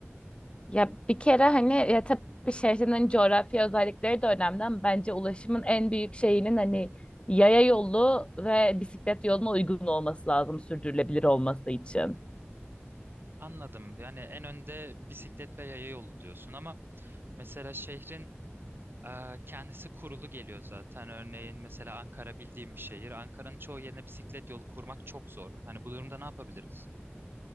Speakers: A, on the left (about 25°); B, on the right (about 50°).
A: Ya bir kere hani ya tabii şehrinin coğrafya özellikleri de önemli ama bence ulaşımın en büyük şeyinin hani yaya yolu ve bisiklet yoluna uygun olması lazım sürdürülebilir olması için.
B: Anladım. Yani en önde bisiklet ve yaya yolu diyorsun ama mesela şehrin Ee, Kendisi kurulu geliyor zaten. Örneğin mesela Ankara bildiğim bir şehir. Ankara'nın çoğu yerine bisiklet yolu kurmak çok zor. Hani bu durumda ne yapabiliriz?